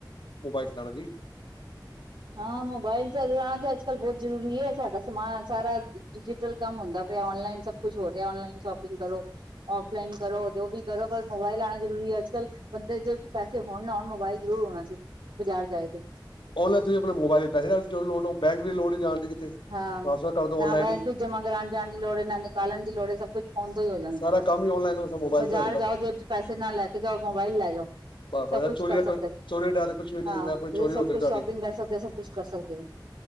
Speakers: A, on the left (about 80°); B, on the right (about 75°).
A: ਮੋਬਾਈਲ ਚਲਾਣਾ ਜ।
B: ਹਾਂ, ਮੋਬਾਇਲ ਚੱਲਣਾ ਤੇ ਅੱਜ ਕੱਲ ਬਹੁਤ ਜ਼ਰੂਰੀ ਹੈ। ਸਾਡਾ ਸਮਾਜ ਸਾਰਾ ਡਿਜੀਟਲ ਕੰਮ ਹੁੰਦਾ ਪਿਆ। ਔਨਲਾਈਨ ਸਭ ਕੁਛ ਹੋ ਰਿਹਾ ਔਨਲਾਈਨ ਸ਼ੋਪਿੰਗ ਕਰੋ। ਫਲਾਈਨ ਕਰੋ ਜੋ ਵੀ ਕਰੋ ਪਰ ਮੋਬਾਇਲ ਆਉਣਾ ਜ਼ਰੂਰੀ ਹੈ। ਅੱਜ ਕੱਲ ਬੰਦੇ ਜ ਪੈਸੇ ਹੋਣ ਨਾਣ ਮੋਬਾਇਲ ਜ਼ਰੂਰ ਹੋਣਾ ਚਾਹੀਦਾ ਬਾਜ਼ਾਰ ਜਾਏ ਤੇ
A: ਔਨਲਾਈਨ ਤੁਸੀ ਆਪ ਮੋਬਾਇਲ ਪੈਸੇ ਲੋੜ ਬੈਂਕ ਦੀ ਲੋੜ ਨਹੀਂ ਜਾਣ ਦੀ। ਕਿਤੇ ਟ੍ਰਾਂਸਫਰ
B: ਹਾਂ,
A: ਕਰ ਦੋ
B: ਨਾ
A: ਔਨਲਾਈਨ
B: ਬੈਂਕ
A: ਹੀ
B: ਚ ਜਮਾ ਕਰਾਉਣ ਜਾਣ ਦੀ ਲੋੜ ਹੈ ਨਾ ਨਿਕਾਲਣ ਦੀ ਲੋੜ ਹੈ। ਸਭ ਕੁਛ ਫੋਨ ਤੋਂ ਹੀ ਹੋ ਜਾਂਦਾ।
A: ਸਾਰਾ ਕੰਮ ਹੀ ਔਨਲਾਈਨ ਹੋ, ਮੋਬਾਈਲ
B: ਬਾਜ਼ਾਰ
A: ਤੇ ਹੋ ਜਾਂਦਾ
B: ਜਾਓ ਜੇਬ ਚ ਪੈਸੇ ਨਾਲ ਲੈ ਕੇ ਜਾਓ। ਮੋਬਾਈਲ ਲੈ ਜਾਓ।
A: ਬ- ਬ
B: ਸਭ ਕੁਛ
A: ਚੋਰੀ
B: ਕਰ ਸਕਦੇ
A: -ਚੋਰੀ
B: ਹੋ
A: ਡਰ ਕੁਛ ਵੀ ਨੀ
B: ਹਾਂ
A: ਨਾ ਕੋਈ
B: ਤੁਸੀਂ
A: ਚੋਰੀ
B: ਸਭ
A: ਹੋ ਸਕਦੀ
B: ਕੁਛ
A: ਤੁਹਾਡੀ।
B: ਸ਼ੋਪਿੰਗ ਕਰ ਸਕਦੇ ਹੋ ਸਭ ਕੁਛ ਕਰ ਸਕਦੇ ਹੋ।